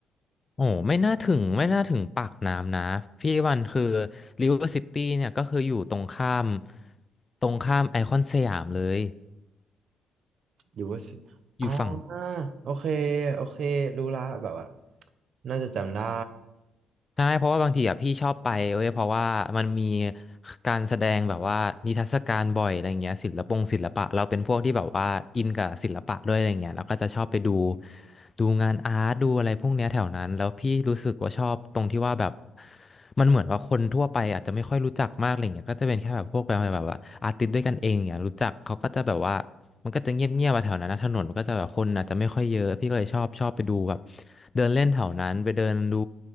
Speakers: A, on the left; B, on the right.
A: โอ้ไม่น่าถึงไม่น่าถึงปากน้ำนะพี่วันคือริเวอร์ซิตี้เนี่ยก็คืออยู่ตรงข้ามตรงข้ามไอคอนสยามเลย
B: อยู่ว่าสิอ่า
A: อยู่ฝั่ง
B: โอเคโอเครู้ละแบบว่าน่าจะจำได้
A: ใช่เพราะว่าบางทีอ่ะพี่ชอบไปเว้ยเพราะว่ามันมีการแสดงแบบว่านิทรรศการบ่อยอะไรเงี้ยศิลปงศิลปะเราเป็นพวกที่แบบว่าอินกับศิลปะด้วยอะไรเงี้ยเราก็จะชอบไปดูดูงานอาร์ตดูอะไรพวกเนี้ยแถวนั้นแล้วพี่รู้สึกว่าชอบตรงที่ว่าแบบมันเหมือนว่าคนทั่วไปอาจจะไม่ค่อยรู้จักมากอะไรเงี้ยก็จะเป็นแค่แบบพวกแบบแบบว่าอาร์ติสต์ด้วยกันเองอย่างเงี้ยรู้จักเขาก็จะแบบว่า มันก็จะเงียบเงียบแถวนั้นนะถนนมันก็จะแบบคนอาจจะไม่ค่อยเยอะพี่ก็เลยชอบชอบไปดูแบบเดินเล่นแถวนั้นไปเดินดู